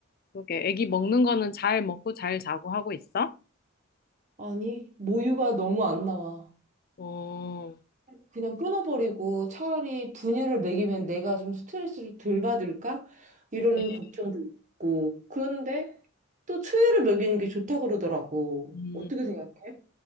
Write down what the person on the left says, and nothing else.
그게 애기 먹는 거는 잘 먹고 잘 자고 하고 있어?
어,
그래.
음,